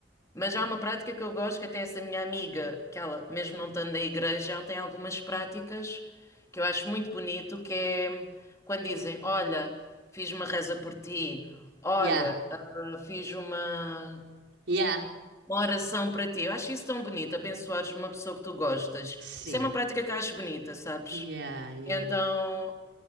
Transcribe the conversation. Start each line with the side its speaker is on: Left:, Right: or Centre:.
Left: Mas há uma prática que eu gosto, que até essa minha amiga, que ela, mesmo não estando na igreja, ela tem algumas práticas que eu acho muito bonito, que é quando dizem, olha, fiz uma reza por ti, olha,
Right: Yeah,
Left: ah, fiz uma,
Right: yeah.
Left: uma oração para ti. Eu acho isso tão bonito, abençoares uma pessoa que tu gostas.
Right: Sim.
Left: Isso é uma prática que eu acho bonita, sabes?
Right: Yeah, yeah.
Left: Então,